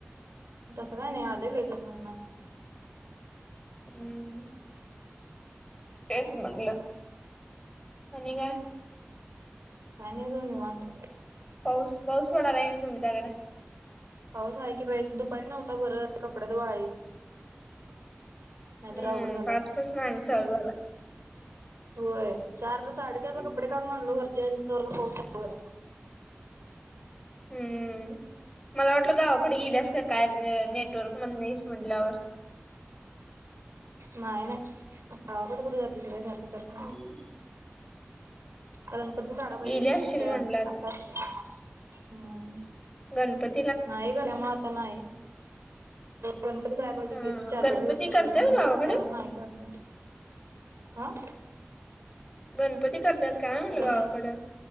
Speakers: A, on the right (about 85°); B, on the left (about 15°).
A: तसं काय नाही, आलय लै जनांना.
B: हम्म. तेच म्हणलं, आणि काय
A: काय नाही बग निवांत.
B: पाऊस, पाऊस पडालाय काय नाही तुमच्याकड.
A: पाऊस आहे की बाई, दुपारी नव्हता बरं कपडे तर वाळी. नाहीतर
B: हम्म,
A: अवघड झालं
B: पाच पसन आणि चालू झालायं.
A: व्हयं, चार साडेचारला
B: हम्म
A: कपडे. काडून आणलो वरची, आणि तवर पाऊस चालू झाला.
B: हम्म. मला वाटलं गावाकड गेल्यास का काय, नेटवर्क मध्ये नाहीस म्हटल्यावर.
A: नाही नाही गावाकडं, कुठं बाई जातीस सारख सारख.
B: हम्म
A: आता गणपतीत काढाय पाहिजे.
B: गेली असशील
A: सुट्ट्या
B: म्हणलं
A: आता <unintelligible> हम्म
B: गणपत
A: नाही गल्यामुळे, आता नाही. गणपतीत जायला पाहिजे
B: हा
A: की, चार
B: गणपती
A: पाच दिवस तरी
B: करत्यात
A: म्हणून
B: गावाकडं
A: सुट्या नाही काढल्या. आं.
B: गणपती करत्यात काय, म्हणलं
A: गण
B: गावाकड.